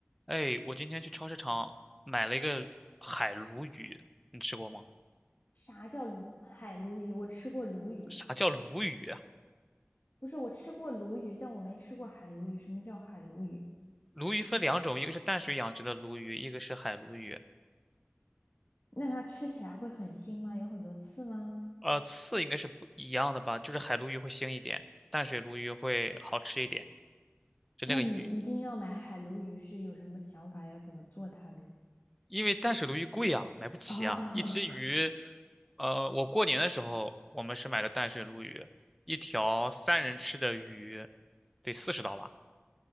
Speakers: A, in the centre; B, on the left (about 55°).
A: 哎，我今天去超市场买了一个海鲈鱼，你吃过吗？
B: 啥叫鲈海鲈鱼？我吃过鲈鱼，
A: 啥叫鲈鱼啊？
B: 不是我吃过鲈鱼，但我没吃过海鲈鱼。什么叫海鲈鱼？
A: 鲈鱼分两种，一个是淡水养殖的鲈鱼，一个是海鲈鱼。
B: 那它吃起来会很腥吗？有很多刺吗？
A: 呃，刺应该是不一样的吧？就是海鲈鱼会腥一点，淡水鲈鱼会好吃一点。就那个鱼，
B: 那你一定要买海鲈鱼，是有什么想法？要怎么做它嘞？
A: 因为淡水鲈鱼贵啊，买不起啊。
B: <laughs> 哦，哦
A: 一只鱼，呃，我过年的时候我们是买的淡水鲈鱼，一条三人吃的鱼得四十刀吧。